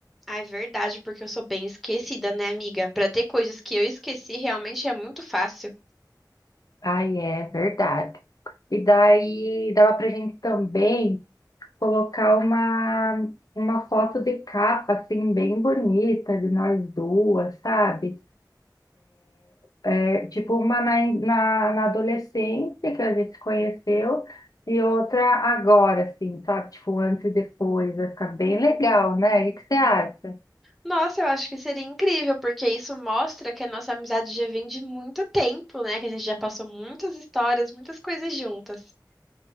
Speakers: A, in the centre; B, on the left.
A: Ah, é verdade, porque eu sou bem esquecida, né, amiga? Pra ter coisas que eu esqueci, realmente é muito fácil.
B: Ai, é verdade. E daí dava pra gente também colocar uma, uma foto de capa, assim, bem bonita de nós duas, sabe? É, tipo uma na, na, na adolescência que a gente se conheceu e outra agora, assim, sabe? Tipo, antes e depois. Vai ficar bem legal, né? O que você acha?
A: Nossa, eu acho que seria incrível, porque isso mostra que a nossa amizade já vem de muito tempo, né? Que a gente já passou muitas histórias, muitas coisas juntas.